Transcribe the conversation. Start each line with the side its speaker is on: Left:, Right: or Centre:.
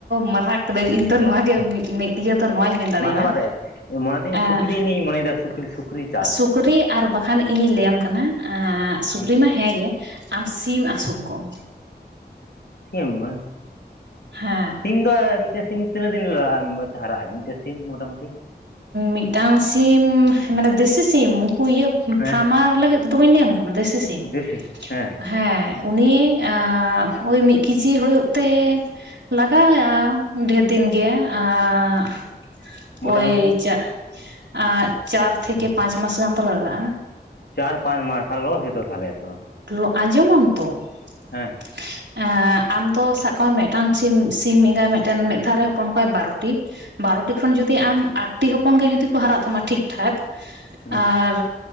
Right: ᱢᱟᱨᱦᱟ ᱠᱟᱱᱟᱹᱧ ᱤᱧ ᱛᱚ ᱱᱚᱣᱟ ᱜᱮ ᱢᱤᱫ ᱢᱤᱫ ᱤᱭᱟᱹ ᱫᱚ ᱱᱚᱣᱟᱧ ᱢᱮᱱ ᱫᱟᱲᱮᱭᱟᱢᱟ
Left: ᱢᱟᱨᱦᱟᱵᱟ ᱨᱮ ᱢᱚᱱᱮᱫᱟᱹᱧ
Right: ᱮᱸᱜ
Left: ᱥᱩᱠᱨᱤ ᱱᱤᱭᱮᱧ ᱢᱚᱱᱮᱭᱮᱫᱟ ᱥᱩᱠᱨᱤ ᱥᱩᱠᱨᱤ ᱪᱟᱥ
Right: ᱥᱩᱠᱨᱤ ᱟᱨ ᱵᱟᱠᱷᱟᱱ ᱤᱧᱤᱧ ᱞᱟᱹᱭᱟᱢ ᱠᱟᱱᱟ ᱟᱸᱜᱻ ᱥᱩᱠᱨᱤ
Left: ᱦᱩᱸ
Right: ᱢᱟ ᱦᱮᱸ ᱜᱮ ᱟᱢ ᱥᱤᱢ ᱟᱹᱥᱩᱞ ᱠᱚᱢ
Left: ᱥᱤᱢ ᱵᱟᱝ
Right: ᱦᱮᱸ
Left: ᱥᱤᱢ ᱥᱤᱢ ᱫᱚ ᱢᱤᱫᱴᱮᱱ ᱥᱤᱢ ᱛᱤᱱᱟᱹᱜ ᱫᱤᱱ ᱦᱟᱨᱟᱜᱼᱟ ᱢᱤᱫᱴᱮᱱ ᱥᱤᱢ ᱢᱚᱴᱟ ᱢᱩᱴᱤ
Right: ᱢᱤᱫᱴᱟᱝ ᱥᱤᱢ ᱢᱟᱱᱮ ᱫᱮᱥᱤ ᱥᱤᱢ ᱩᱱᱠᱩ ᱤᱭᱟᱹ
Left: ᱦᱮᱸ
Right: ᱯᱷᱟᱨᱢᱟᱨ ᱞᱟᱹᱜᱤᱫ ᱫᱚᱢᱟᱹᱧ ᱞᱟᱹᱭᱟᱢ ᱠᱟᱱᱟ ᱫᱮᱥᱤ ᱥᱤᱢ
Left: ᱫᱮᱥᱤ ᱦᱮᱸ
Right: ᱦᱮᱸ ᱩᱱᱤ ᱟᱻ ᱳᱭ ᱢᱤᱫ ᱠᱤᱡᱤ ᱦᱳᱭᱳᱜ ᱛᱮ ᱞᱟᱜᱟ ᱟᱭᱟ ᱰᱷᱮᱨ ᱫᱤᱱ ᱜᱮ ᱟᱨ
Left: ᱢᱚᱴᱟᱢᱩᱴᱤ
Right: ᱳᱭ ᱪᱟ ᱟᱸᱜ ᱪᱟᱨ ᱛᱷᱮᱠᱮ ᱯᱟᱸᱪ ᱢᱟᱥ ᱜᱟᱱ ᱫᱚ ᱞᱟᱜᱟᱜᱼᱟ
Left: ᱪᱟᱨ ᱯᱟᱸᱪ ᱢᱟᱥ ᱛᱟᱦᱚᱞᱮ ᱞᱚᱥ ᱜᱮᱛᱚ ᱛᱟᱦᱚᱞᱮ ᱛᱚ
Right: ᱞᱚ ᱟᱸᱡᱚᱢᱟᱢ ᱛᱚ
Left: ᱦᱮᱸ
Right: <unintelligible> ᱮᱜᱻ ᱟᱢ ᱫᱚ ᱥᱟᱵ ᱠᱟᱜ ᱢᱮᱫᱴᱟᱝ ᱥᱤᱢ ᱥᱤᱢ ᱮᱸᱜᱟᱭ ᱢᱮᱫᱴᱮᱱ ᱢᱤᱫ ᱫᱷᱟᱣ ᱨᱮᱭ ᱦᱚᱯᱚᱱ ᱠᱚᱣᱟᱭ ᱵᱟᱨᱚᱴᱤ ᱵᱟᱨᱚᱴᱤ ᱠᱷᱚᱱ ᱡᱩᱫᱤ ᱟᱢ ᱟᱴᱴᱤ ᱦᱚᱯᱚᱱ ᱜᱮ ᱡᱩᱫᱤ ᱠᱚ ᱦᱟᱨᱟᱜ ᱛᱟᱢᱟ ᱴᱷᱤᱠᱴᱷᱟᱠ
Left: ᱦᱩᱸ
Right: ᱟᱨ